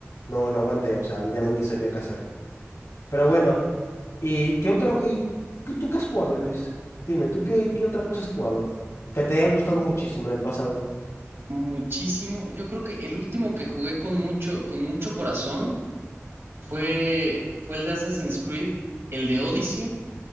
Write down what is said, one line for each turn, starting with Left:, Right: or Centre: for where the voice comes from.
Left: No, no aguanté. O sea, ya no ni sabía qué hacer. Pero bueno, ¿y qué otro? ¿Y qué- tú qué has jugado, Luis? Dime, ¿tú qué, qué otra cosa has jugado que te haya gustado muchísimo en el pasado?
Right: Muchísimo. Yo creo que el último que jugué con mucho, con mucho corazón fue, fue el de Assassin's Creed, el de Odyssey,